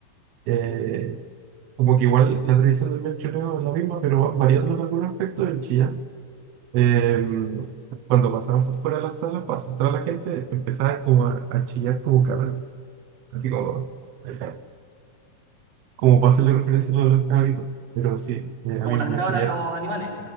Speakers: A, on the right (about 75°); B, on the right (about 50°).
A: eh, como que igual la tradición del mechoneo es la misma, pero van variando en algunos aspectos. En Chillán, eh, cuando pasaban por fuera de las salas para asustar a la gente, empezaban como a, a chillar como cabros. Así como, eh, como para hacerle referencia a lo de los cabritos. Pero sí, eh, a
B: Como
A: mí
B: las
A: me mechonearon.
B: cabras, los animales.